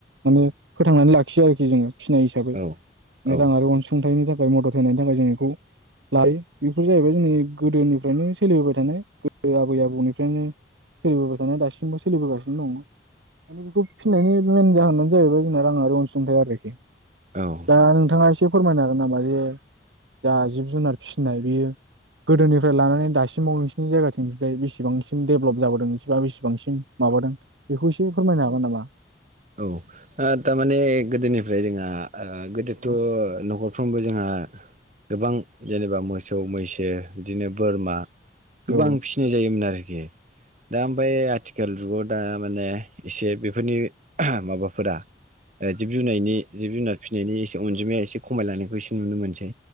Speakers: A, on the right (about 90°); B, on the right (about 40°).
A: माने फोथांनानै लाखियो आरोखि जोङो। फिनाय हिसाबै
B: औ औ
A: रांआरि अनसुंथाइनि था जाय मदद होनायनि थाखाय जों बेखौ लायो। बेफोर जाहैबाय जोंनि गोदोनिफ्रायनो सोलिबोबाय थानाय गोदो आबै आबौनिफ्रायनो सोलिबोबाय थानाय दासिमबो सोलिबोगासिनो दं। माने बेखौ फिनायनि मेेन जाहोनानो जाहैबाय जोंना राङारि अनसुंथाइ आरोखि
B: औ
A: दा नोंथाङा एसे फोरमायनो हागोन नामा जे जा जिब जुनार फिसिनाय बियो गोदोनिफ्राय लानानै दासिमाव नोंसोरनि जायगाथिंनिफ्राय बेसेबांसिम डेभेलप जाबोदों एसेबाबो बेसेबांसिम माबादों बेखौ एसे फोरमायनो हागोन नामा?
B: औ ओ थारमाने गोदोनिफ्राय जोंहा ओ गोदोथ
A: औ
B: न' फ्रोमबो जोंहा गोबां जेनेबा मोसौ मैसो दे बिदिनो बोरमा गोबां
A: औ
B: फिसिनाय जायोमोन आरोखि दा ओमफाय आथिख केल जुगाव दा माने एसे बेफोरनि माबाफोरा ओ जिब जुनायनि जिब जुनार फिनायनि एसे अनजिमाया एसे खमाय लानायखौ एसे नुनो मोनसै